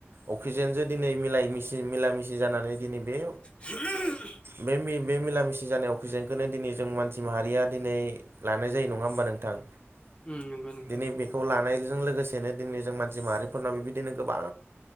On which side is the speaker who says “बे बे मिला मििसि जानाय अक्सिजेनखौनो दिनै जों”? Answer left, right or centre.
Right